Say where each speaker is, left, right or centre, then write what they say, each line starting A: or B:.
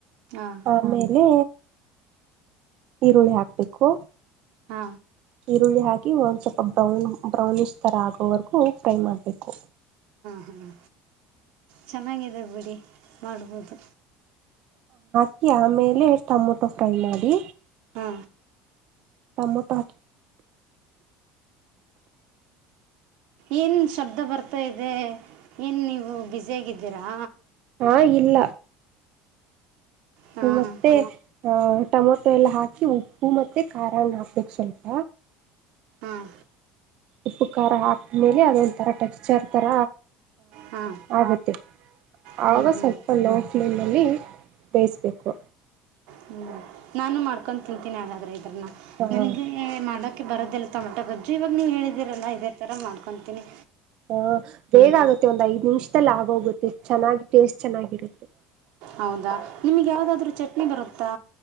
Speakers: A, on the right; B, on the right.
A: ಹಾಂ
B: ಆಮೇಲೆ ಈರುಳ್ಳಿ ಹಾಕ್ಬೇಕು
A: ಹಾ
B: ಈರುಳ್ಳಿಾಕ ಒಂದ್ ಸ್ವಲ್ಪ ಬ್ರೌನ್ ಬ್ರೌನ್ ಇ ಥರ ಆಗೋವರೆಗೂ ಫ್ರೈ ಮಾಡಬೇಕು
A: ಹ್ಮ ಚೆನ್ನಾಗಿದೆ ಬಿಡಿ ಮಾಡ್ಬೋದು
B: <inaudible> ಆಮೇಲೆ ಟೊಮೊಟೊ ಫ್ರೈ ಮಾಡಿ
A: ಹ್ಮ
B: ತಮ್ಮತಕ
A: ಏನು ಶಬ್ದ ಬರ್ತಾ ಇದೆ ಏನು ನೀವು ಬ್ಯುಸಿಯಾಗಿದ್ದೀರಾ
B: ಹಾ ಇಲ್ಲ
A: ಹಾಂ
B: ನಮಸ್ತೆ ಆಹ ಟೊಮೊಟೊ ಎಲ್ಲ ಹಾಕಿ ಉಪ್ಪು ಮತ್ತೆ ಖಾರಣ್ಣ ಹಾಕ್ಬೇಕು ಸ್ವಲ್ಪ
A: ಹಾಂ
B: ಉಪ್ಪು ಖಾರ ಹಾಕ್ಮೇಲೆ ಅದೊಂಥರ ಟೆಕ್ಸ್ಚರ್ ಥರ
A: ಹಾಂ
B: ಆಗುತ್ತೆ
A: ಹ್ಞೂ
B: ಆವಾಗ
A: ಹ್ಞೂ
B: ಸ್ವಲ್ಪ ಲೋ ಫ್ಲೇಮಲ್ಲಿ ಬೇಯಿಸ್ಬೇಕು
A: ಹ್ಞೂ ನಾನು ಮಾಡ್ಕೊಂಡ ತಿಂತೀನಿ ಹಾಗಾದ್ರೆ
B: ಹ
A: ನನಗೆ ಮಾಡಕ ಬರ ಟಮೊಟ ಗೊಜ್ಜ ಇವಾಗ ನೀವು ಹೇಳಿದೀರಲ್ಲ ಇದೇ ರ ಮಾಡ್ಕೊಂಡು ಇನ್ನು
B: ಹ ಬೇಗ ಆಗತ್ತೆ ಒಂದ್ ಐದು ನಿಮಿಷದಲ್ಲಿ ಆಗೋಗುತ್ತೆ ಚೆನ್ನಾಗಿ ಟೇಸ್ಟ್ ಚೆನ್ನಾಗಿರುತ್ತೆ
A: ಹೌದಾ ನಿಮ್ಗೆ ಯಾವ್ದಾದ್ರು ಚಟ್ನಿ ಬರುತ್ತಾ